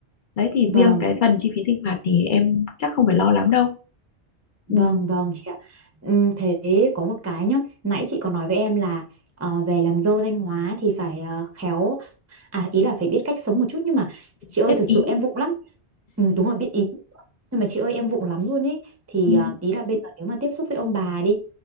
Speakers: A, on the left; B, on the right.
A: đấy thì
B: vâng
A: riêng cái phần chi phí sinh hoạt thì em chắc không phải lo lắm đâu
B: Vâng,
A: ừ,
B: vâng chị ạ. Ừm, thế có một cái nhá, nãy chị có nói với em là ờ, về làm dâu Thanh Hóa thì phải ờ, khéo À ý là phải biết cách sống một chút nhưng mà chị ơi
A: biết
B: thực sự
A: ý
B: em vụng lắm. Ừ, đúng rồi biết ý. Nhưng mà chị ơi em vụng lắm luôn ấy thì
A: <laughs>
B: à, ý là bây giờ nếu mà tiếp xúc với ông bà đi